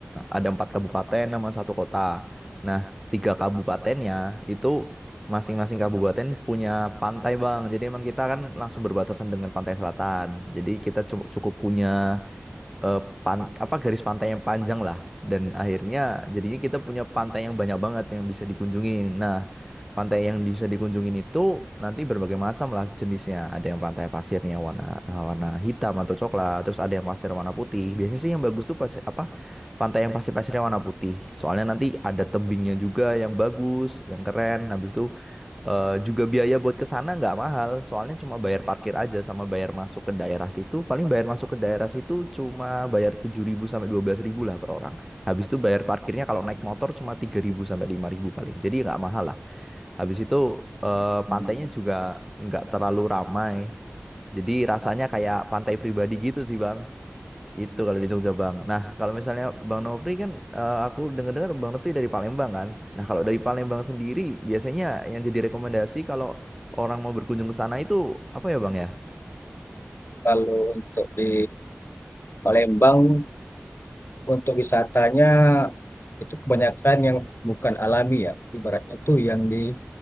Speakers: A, in the centre; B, on the left.
A: ada empat kabupaten sama satu kota. Nah, tiga kabupatennya itu masing-masing kabupaten punya pantai Bang. Jadi emang kita kan langsung berbatasan dengan pantai selatan. Jadi kita cu- cukup punya eh, pan, apa garis pantai yang panjang lah dan akhirnya jadinya kita punya pantai yang banyak banget yang bisa dikunjungin. Nah, pantai yang bisa dikunjungin itu nanti berbagai macam lah jenisnya. Ada yang pantai pasirnya warna eh, warna hitam atau coklat, terus ada yang pasir warna putih. Biasanya sih yang bagus tuh pas, apa pantai yang pasir-pasirnya warna putih. Soalnya nanti ada tebingnya juga yang bagus, yang keren. Habis itu Eh, juga biaya buat ke sana nggak mahal, soalnya cuma bayar parkir aja sama bayar masuk ke daerah situ. Paling bayar masuk ke daerah situ cuma bayar 7.000 sampai 12.000 lah per orang. Habis itu bayar parkirnya kalau naik motor cuma 3.000 sampai 5.000 paling. Jadi nggak mahal lah. Habis itu eh, pantainya juga nggak terlalu ramai. Jadi rasanya kayak pantai pribadi gitu sih, Bang. Itu kalau di Jogja Bang. Nah, kalau misalnya Bang Nofri kan eh, aku dengar-dengar Bang Nofri dari Palembang kan. Nah, kalau dari Palembang sendiri biasanya yang jadi rekomendasi kalau orang mau berkunjung ke sana itu apa ya Bang ya?
B: Kalau untuk di Palembang untuk wisatanya itu kebanyakan yang bukan alami ya. Ibaratnya itu yang di,